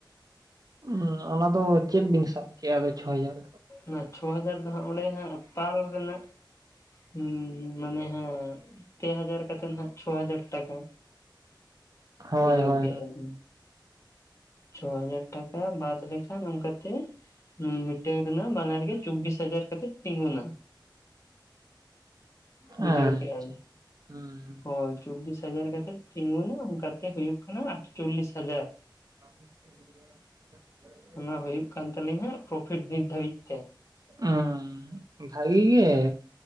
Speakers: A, on the right; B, on the left.
A: ᱚᱸ ᱚᱱᱟ ᱫᱚ ᱪᱮᱫ ᱵᱤᱱ ᱥᱟᱵ ᱠᱮᱜᱼᱟ ᱟᱫᱚ ᱪᱷᱚ ᱦᱟᱡᱟᱨ?
B: ᱚᱱᱟ ᱪᱷᱚ ᱦᱟᱡᱟᱨ ᱫᱚ ᱦᱟᱸᱜ ᱚᱸᱰᱮ ᱦᱟᱸᱜ ᱯᱟᱞ ᱨᱮᱱᱟᱜ᱾ ᱦᱩᱸ ᱢᱟᱱᱮ ᱦᱟᱸᱜ ᱯᱮ ᱦᱟᱡᱟᱨ ᱠᱟᱛᱮᱱ ᱦᱟᱸᱜ ᱪᱷᱚ ᱦᱟᱡᱟᱨ ᱴᱟᱠᱟ᱾
A: ᱦᱳᱭ
B: ᱵᱩᱡᱷᱟᱣ
A: ᱦᱳᱭ
B: ᱠᱮᱜᱼᱟ
A: ᱦᱳᱭ
B: ᱵᱤᱱ? ᱪᱷᱚ ᱦᱟᱡᱟᱨ ᱴᱟᱠᱟ ᱵᱟᱫ ᱞᱮᱠᱷᱟᱱ ᱚᱝᱠᱟᱛᱮ ᱦᱩᱸ ᱢᱤᱫᱴᱮᱱ ᱨᱮᱱᱟᱜ ᱵᱟᱱᱟᱨ ᱜᱮ ᱪᱚᱵᱽᱵᱤᱥ ᱦᱟᱡᱟᱨ ᱠᱟᱛᱮᱜ ᱛᱤᱸᱜᱩᱱᱟ᱾ ᱵᱩᱡᱷᱟᱹᱣ
A: ᱟᱪᱪᱷᱟ
B: ᱠᱮᱜᱼᱟ ᱵᱤᱱ?
A: ᱦᱩᱸ
B: ᱦᱳᱭ ᱪᱚᱵᱽᱵᱤᱥ ᱦᱟᱡᱟᱨ ᱠᱟᱛᱮᱫ ᱛᱤᱸᱜᱩᱱᱟ ᱚᱝᱠᱟᱛᱮ ᱦᱩᱭᱩᱜ ᱠᱟᱱᱟ ᱟᱴᱪᱚᱞᱞᱤᱥ ᱦᱟᱡᱟᱨ᱾
A: <unintelligible>
B: ᱚᱱᱟ ᱦᱳᱭᱩᱜ ᱠᱟᱱ ᱛᱟᱞᱤᱧᱟ ᱯᱨᱚᱯᱷᱤᱴ ᱱᱤᱛ ᱫᱷᱟᱹᱵᱤᱡ ᱛᱮ᱾
A: ᱟᱸ ᱵᱷᱟᱜᱤ ᱜᱮ᱾